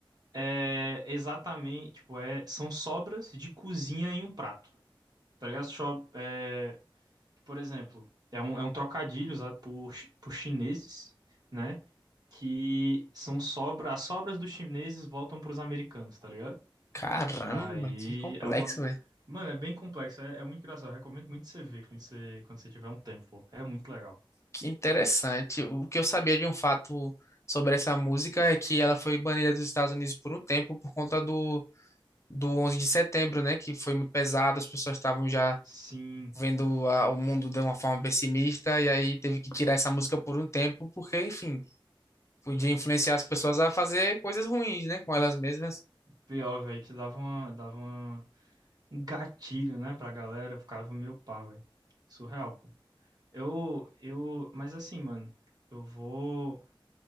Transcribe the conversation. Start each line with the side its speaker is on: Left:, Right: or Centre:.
Right: é exatamente, tipo, é, são sobras de cozinha em um prato. Tá ligado? Chop, é, por exemplo, é um, é um trocadilho usado por, chi- por chineses, né? Que são sobras, as sobras dos chineses voltam pros americanos, tá ligado?
Left: Caramba,
Right: Aí
Left: que complexo,
Right: é uma.
Left: velho.
Right: Mano, é bem complexo, é, é muito engraçado. Eu recomendo muito você ver quando você, quando você tiver um tempo, pô. É muito legal.
Left: Que interessante. O que eu sabia de um fato sobre essa música é que ela foi banida dos Estados Unidos por um tempo por conta do, do 11 de setembro, né? Que foi muito pesado, as pessoas estavam já
Right: Sim.
Left: vendo a- o mundo de uma forma pessimista, e aí teve que tirar essa música por um tempo, porque, enfim, Podia influenciar as pessoas a fazer coisas ruins, né? Com elas mesmas.
Right: Pior, velho, que dava uma, dava uma, um gatilho, né, pra galera, ficava meio pá, velho. Surreal, pô. Eu, eu, mas assim, mano, eu vou,